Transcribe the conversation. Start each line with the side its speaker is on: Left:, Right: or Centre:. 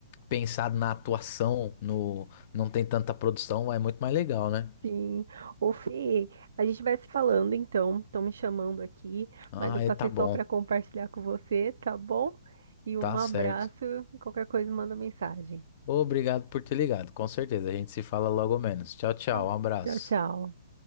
Left: pensado na atuação, no não tem tanta produção, é muito mais legal, né?
Right: sim. Ô, Fê, a gente vai se falando então. Estão me chamando aqui,
Left: Ah,
Right: mas eu passei
Left: é, tá
Right: só
Left: bom,
Right: para compartilhar com você, tá bom? E um
Left: tá
Right: abraço
Left: certo.
Right: e qualquer coisa manda mensagem.
Left: Obrigado por ter ligado, com certeza. A gente se fala logo menos. Tchau, tchau,
Right: Tá?
Left: um abraço.
Right: Tchau, tchau.